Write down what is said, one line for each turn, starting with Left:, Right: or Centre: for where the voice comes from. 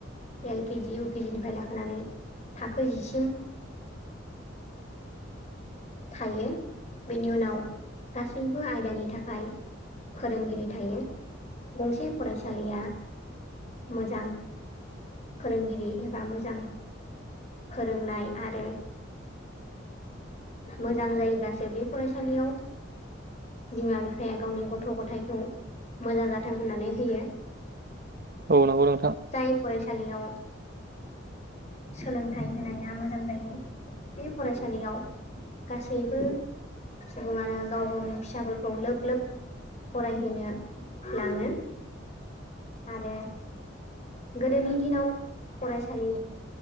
Left: एल केजि उकेजि निफ्राय लाखानै थाखो जिसिम थायो बेनि उनाव गासैबो आयदानि थाखाय फोरोंगिरि थायो, गंसे फरायसालिया मोजां फोरोंगिरि एबा मोजां फोरोंनाय आरो मोजां जायोब्लासो बे फरायसालियाव बिमा बिफाया गावनि गथ' गथायखौ मोजां जाथों होननानै होयो।
Right: औ नंगौ नोंथां
Left: जाय फरायसालियाव <inaudible> सोलोंथाइ होनाया मोजां जायो बे फरायसालियाव गासैबो सुबुङानो गाव गावनि फिसाफोरखौ लोब लोब फरायहैनो लाङो। आरो गोदोनि दिनाव फरायसालि